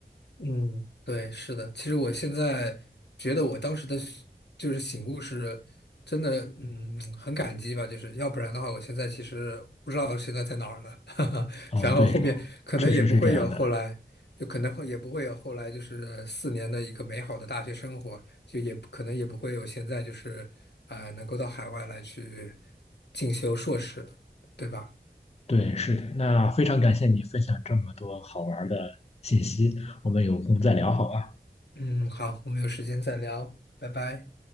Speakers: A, on the left; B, on the left.
A: 嗯，对，是的。其实我现在觉得我当时的是就是醒悟是真的，嗯，很感激吧。就是要不然的话，我现在其实不知道现在在哪儿了。<laughs>
B: 啊，
A: 然后后面可能也不会有后来，
B: 对，确实是这样的。
A: 就可能会也不会有后来，就是四年的一个美好的大学生活，就也不可能也不会有现在就是啊、能够到海外来去进修硕士，对吧？
B: 对，是的。那非常感谢你分享这么多好玩儿的信息，我们有空再聊好吗？
A: 嗯，好，我们有时间再聊，拜拜。